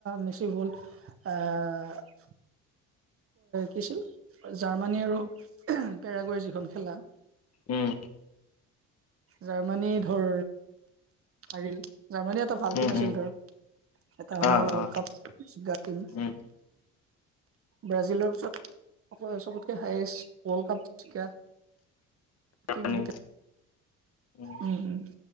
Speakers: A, on the right; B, on the left.
A: মেচি হ'ল এ, কিছিল জাৰ্মানী আৰু পেৰাগৰ যিখন খেলা,।
B: উম
A: জাৰ্মানী ধৰ পাৰিল। জাৰ্মানী এটা ভাল
B: উম
A: টীম আছিল
B: উম
A: ধৰক। এটা সমৰ
B: অ
A: ৱৰ্ল্ড
B: অ
A: কাপ জিকা টীম
B: উম
A: ব্ৰাজিলৰ <unintelligible> <unintelligible> চবতকে হায়েষ্ট ৱৰ্ল্ড কাপ জিকাত। তিমি
B: পানী।
A: হতেঁ
B: উম
A: উম-উম।